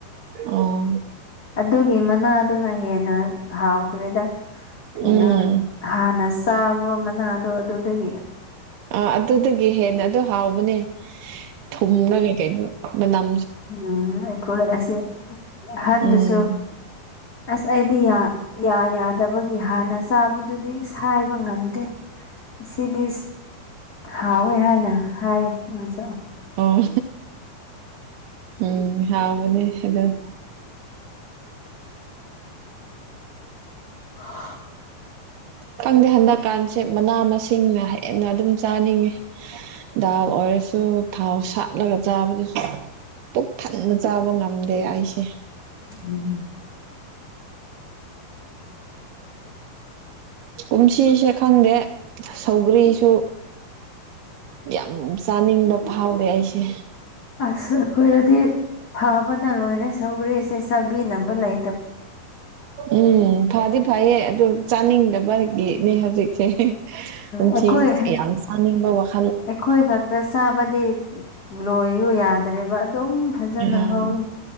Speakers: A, on the right; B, on the left.
A: ꯑꯣ
B: ꯑꯗꯨꯒꯤ ꯃꯅꯥꯗꯨꯅ ꯍꯦꯟꯅ ꯍꯥꯎꯈ꯭ꯔꯦꯗ ꯀꯩꯅꯣ
A: ꯎꯝ
B: ꯍꯥꯟꯅ ꯆꯥꯕ ꯃꯅꯥꯗꯣ ꯑꯗꯨꯗꯒꯤ
A: ꯑ ꯑꯗꯨꯗꯒꯤ ꯍꯦꯟꯅ ꯑꯗꯨ ꯍꯥꯎꯕꯅꯦ ꯊꯨꯝꯅꯒ ꯀꯩꯅꯣ ꯃꯅꯝ
B: ꯗꯨꯅ ꯑꯩꯈꯣꯏ ꯑꯁꯦ ꯑꯍꯟꯗꯁꯨ
A: ꯎꯝ
B: ꯑꯁ ꯑꯩꯗꯤ ꯌꯥ ꯌꯥꯗꯕꯒꯤ ꯍꯥꯟꯅ ꯆꯥꯕꯗꯨꯗꯤ ꯁꯥꯏꯕ ꯉꯝꯗꯦ ꯁꯤꯗꯤꯁ ꯍꯥꯎꯋꯦ ꯍꯥꯏꯅ ꯍꯥꯏ ꯃꯥꯁꯨ
A: ꯑꯣ ꯑꯣ ꯎꯝ ꯍꯥꯎꯕꯅꯦ ꯑꯗꯣ <inaudible>
B: <unintelligible>
A: ꯈꯪꯗꯦ ꯍꯟꯗꯛꯀꯥꯟꯁꯦ ꯃꯅꯥ ꯃꯁꯤꯡꯅ ꯍꯦꯟꯅ ꯑꯗꯨꯝ ꯆꯥꯅꯤꯡꯉꯤ ꯗꯥꯎ ꯀꯩꯁꯨ ꯊꯥꯎ ꯁꯥꯠꯂꯒ ꯆꯥꯕꯗꯨꯁꯨ ꯄꯨꯛ ꯊꯟꯅ ꯆꯥꯕ ꯉꯝꯗꯦ ꯑꯩꯁꯦ
B: ꯎꯝ
A: ꯀꯨꯝꯁꯤꯁꯦ ꯈꯪꯗꯦ ꯁꯧꯒ꯭ꯔꯤꯁꯨ ꯌꯥꯝ ꯆꯥꯅꯤꯡꯕ ꯐꯥꯎꯗꯦ ꯑꯩꯁꯦ
B: ꯑꯁ ꯑꯈꯣꯏꯗꯗꯤ ꯐꯕꯅ ꯂꯣꯏꯔꯦ ꯁꯧꯒꯔꯤꯁꯦ ꯆꯥꯕꯤꯅꯕ ꯂꯩ
A: ꯎꯝ ꯐꯗꯤ ꯐꯩꯌꯦ ꯑꯗꯨ ꯆꯥꯅꯤꯡꯗꯕꯒꯤꯅꯦ ꯍꯧꯖꯤꯛ ꯆꯣ ꯍꯦ ꯍꯣꯡꯆꯤ
B: ꯑꯩꯈꯣꯏ
A: ꯌꯥꯝ ꯁꯥꯅꯤꯡꯕ ꯋꯥꯅꯦ
B: ꯑꯩꯈꯣꯏ ꯈꯛꯇ ꯆꯥꯕꯗꯤ ꯂꯣꯏꯌꯨ ꯌꯥꯗ꯭ꯔꯦꯕ ꯗꯨꯝ ꯐꯖꯅ
A: ꯎꯝ
B: ꯍꯧꯔꯤ